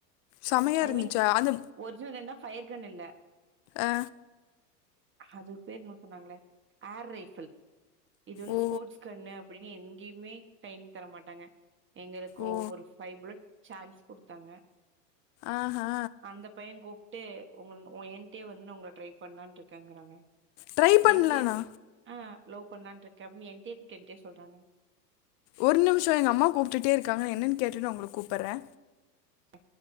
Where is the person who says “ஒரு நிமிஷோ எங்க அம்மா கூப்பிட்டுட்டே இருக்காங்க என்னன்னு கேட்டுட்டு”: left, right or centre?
Left